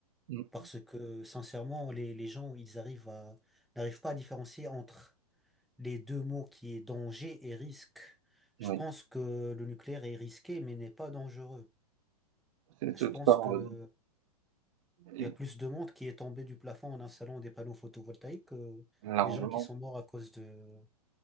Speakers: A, on the right (about 55°); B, in the centre.
A: mmh,
B: Parce que sincèrement, les, les gens, ils arrivent à, n'arrivent pas à différencier entre les deux mots qui est danger et risque.
A: oui,
B: Je pense que le nucléaire est risqué, mais n'est pas dangereux.
A: c'est
B: Je
A: c'est
B: pense
A: totalement
B: que
A: raison. Et
B: il y a plus de monde qui est tombé du plafond en installant des panneaux photovoltaïques que
A: largement,
B: des gens qui sont morts à cause de,